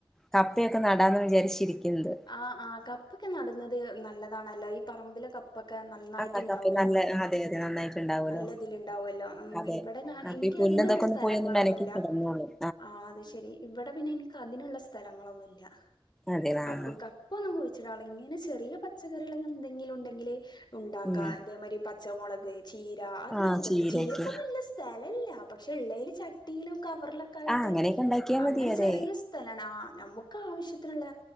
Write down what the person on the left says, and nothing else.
ആഹ് ആഹ് കപ്പൊക്കെ നടുന്നത് നല്ലതാണല്ലോ ഈ പറമ്പിലെ കപ്പ ക്കെ നന്നായിട്ട്
ഉണ്ടാവുമല്ലോ
നല്ലതില് ഉണ്ടാവുമല്ലോ
ഇവിടെ ഞാ
എനിക്ക്
അതിനുള്ള
സ്ഥലങ്ങളൊന്നുമില്ല
ആഹ് അത് ശരി ഇവിടെ പിന്നെ എനിക്ക് അതിനുള്ള സ്ഥലങ്ങളൊന്നുല്ല
അപ്പൊ
കപ്പൊന്നും കുഴിച്ചിടാ ഇങ്ങനെ ചെറിയ പച്ചക്കറികള് എന്തെങ്കിലും ഉണ്ടെങ്കില് ഉണ്ടാക്കാ
ഇതേമാതിരി പച്ചമുളക് ചീര അതിനൊക്കെ
പറ്റും
ചീരക്കൊന്നുല്ല സ്ഥലമില്ല പക്ഷെ ഉള്ളേല് ചട്ടിയിലും കവറിലൊക്കെ ആയിട്ട്
അങ്ങനെ
ചെറിയ <unintelligible> ആഹ് നമുക്ക് ആവശ്യത്തിനുള്ള